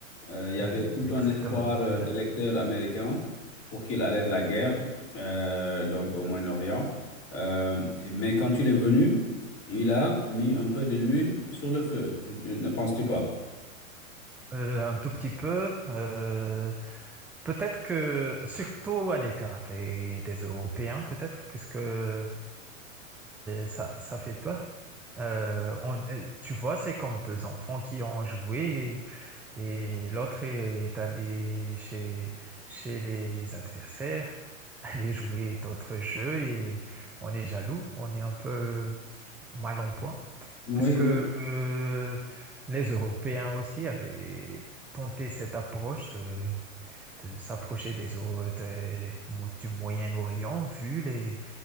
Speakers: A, on the left; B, in the centre.
A: Euh, il y avait
B: Oui,
A: tout
B: exactement.
A: un espoir euh,
B: Et,
A: d'électeurs
B: euh,
A: américains pour qu'il arrête la guerre euh, donc au Moyen-Orient. Euh, mais quand il est venu, il a mis un peu de l'huile sur le feu. Je- je- ne penses-tu pas?
B: euh, un tout petit peu. euh, peut-être que, surtout à l'écart des, des Européens, peut-être, puisque euh, ça, ça fait peur. Euh, on- euh, tu vois, c'est comme deux enfants qui ont joué Et l'autre est allé chez, chez les adversaires, <laughs> aller jouer d'autres jeux et on est jaloux, on est un peu mal en point,
A: Oui,
B: puisque
A: oui,
B: euh, les Européens aussi avaient tenté cette approche de, de s'approcher des autres euh, mo- du Moyen-Orient, vu les,